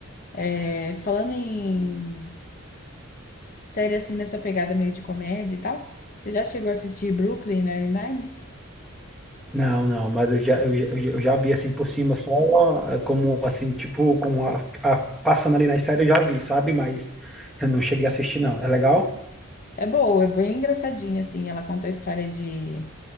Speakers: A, on the left (about 40°); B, in the centre.
A: É, falando em série assim nessa pegada meio de comédia e tal. Você já chegou a assistir Brooklyn Nine-Nine?
B: Não, não, mas eu já, eu, já- eu já eu já vi assim por cima, só eh, como assim, tipo, como a, a- passando ali nas séries eu já vi, sabe? Mas eu não cheguei a assistir, não. É legal?
A: É boa, é bem engraçadinha, assim. Ela conta a história de.